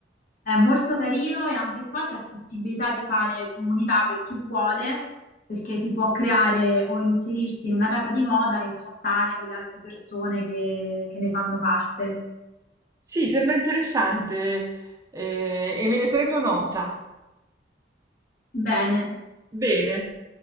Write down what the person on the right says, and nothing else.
Sì, sembra interessante, ehm, e me ne prendo nota.
Bene.